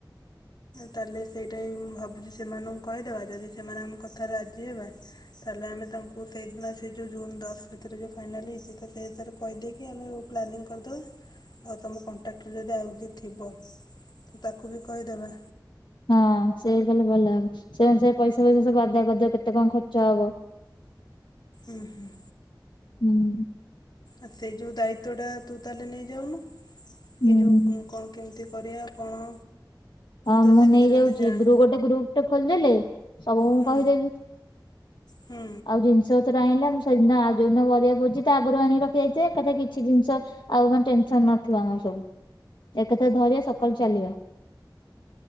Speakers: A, on the left; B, on the left.
A: ତାହେଲେ ସେଇଟା ହିଁ ମୁଁ ଭାବୁଛି ସେମାନଙ୍କୁ କହିଦବା ଯଦି ସେମାନେ ଆମ କଥାରେ ରାଜି ହେବା ତାହେଲେ ଆମେ ତାଙ୍କୁ ସେଇଦିନ ସେ ଯୋଉ ଜୁନ ଦଶ ଭିତରେ ଯୋଉ ଫାଇନାଲ ହେଇଛି ତ ସେ ହିସାରେ କହିଦେଇକି ଆମେ ପ୍ଲାନିଂ କରିଦବା ଆଉ ତମ କଣ୍ଟାକ୍ଟରେ ଯଦି ଆଉ କିଏ ଥିବ ତାକୁ ବି କହିଦବା।
B: ହଁ ସେୟା କଲେ ଭଲ ହବ ସେ ଅନୁସାରେ ପଇସା ଫଇସା ସବୁ ଆଦାୟ କରିଦିଅ କେତେ କଣ ଖର୍ଚ୍ଚ ହବ।
A: ଉଁ ହୁଁ।
B: ହୁଁ।
A: ଆ ସେଇ ଯୋଉ ଦାୟିତ୍ଵଟା ତୁ ତାହେଲେ ନେଇ ଯାଉନୁ ଏଇ
B: ହୁଁ
A: ଯୋଉ କ କଣ କେମିତି କରିଆ କଣ।
B: ହଁ
A: ତ
B: ମୁଁ
A: ସେ ବିଷୟରେ
B: ନେଇଯାଉଚି
A: ଏତେ ଜାଣେ
B: ଗ୍ରୁପ ଗୋଟେ ଗ୍ରୁପ ଟେ ଖୋଲିଦେଲେ ସବୁ ମୁଁ
A: ହୁଁ
B: କହିଦେବି।
A: ହୁଁ।
B: ଆଉ ଜିନିଷ ପତ୍ର ଆଣିଲେ ଆମେ ସେଇଦିନ ଆ ଯୋଉଦିନ କରିବା ଭୋଜି ତା ଆଗରୁ ଆଣିକି ରଖି ଦେଇଥିବା ଏକାଥାରେ କିଛି ଜିନିଷ ଆଉ ମାନେ ଟେନସନ୍ ନଥିବ ଆମର ସବୁ ଏକାଥରେ ଧରିବା ସକାଳୁ ଚାଲିବା।